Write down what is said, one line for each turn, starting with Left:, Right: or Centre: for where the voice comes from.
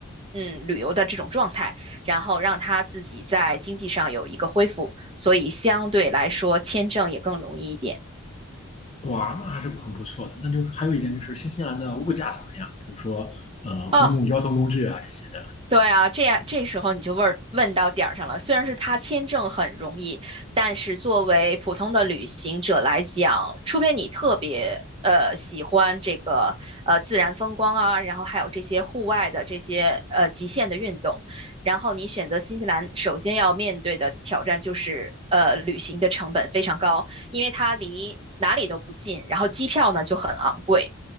Right: 嗯，旅游的这种状态，然后让他自己在经济上有一个恢复，所以相对来说签证也更容易一点。
Left: 哇，那还是很不错的。那就是还有一点就是新西兰的物价怎么样？比如说，呃，
Right: 哦，
Left: 公共交通工具啊这些的。
Right: 对啊，这样这时候你就问问到点儿上了。虽然是他签证很容易，但是作为普通的旅行者来讲，除非你特别呃喜欢这个呃自然风光啊，然后还有这些户外的这些呃极限的运动，然后你选择新西兰，首先要面对的挑战就是呃旅行的成本非常高，因为它离哪里都不近，然后机票呢就很昂贵。